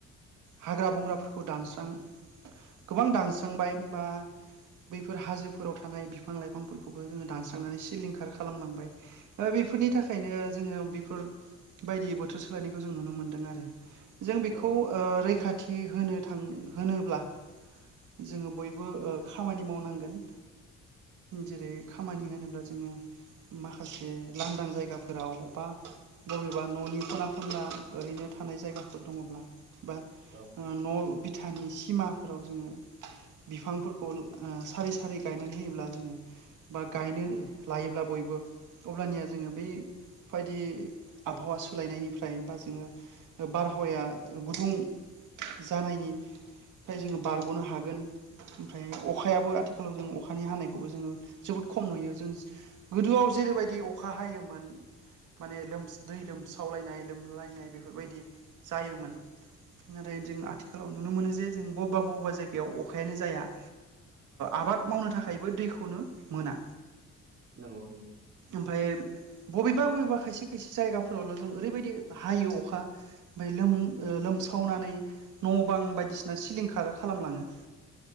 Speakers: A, on the right (about 80°); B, on the right (about 55°).
A: हाग्रा बंग्राफोरखौ दानस्राङो गोबां दानस्रांबाय बा बैफोर हाजोफोराव थानाय बिफां लाइफांफोरखौबो जोङो दानस्रांनानै सिलिंखार खालामलांबाय बेफोरनि
B: औ
A: थाखायनो जोङो बेफोरबायदि बोथोर सोलायनायखौ जों नुनो मोनदों आरो जों बेखौ
B: औ
A: रैखाथि होनो थां होनोब्ला जोङो बयबो खामानि मावनांगोन जेरै खामानि होनोब्ला जोङो माखासे जे लांदां जायगाफोराव बा बबेबा न'नि खना खनला ओरैनो थानाय जायगाफोर दङब्ला बा
B: औ
A: न' बिथानि सिमाफोराव जोङो बिफांफोरखौ सारै सारै गायनानै होयोब्ला जोङो बा गायनो लायोब्ला बयबो अब्लानिया जोङो बैबायदि आबहावा सोलायनायनिफ्राय बा जोङो बारहावाया गुदुं जानायनि फ्राय जोङो बारग'नो हागोन ओमफ्राय अखायाबो आथिखालाव जों अखानि हानायखौबो जोङो जोबोद खम नुयो जों गोदोआव जेरैबायदि अखा हायोमोन माने लोम दै लोमसावलायनाय लोमलायनाय बेफोरबायदि जायोमोन नाथाय जों आथिखालाव नुनो मोनो जे जों बबेबा बबेबा जायगायाव अखायानो जाया आबाद मावनो थाखायबो दैखौनो मोना
B: नंगौ नंगौ
A: ओमफ्राय बबेबा बबेबा खायसे खायसे जायगाफोरावल' जों ओरैबायदि हायो अखा ओमफ्राय लोम लोमसावनानै न' बां बायदिसिना सिलिंखार खालामलाङो।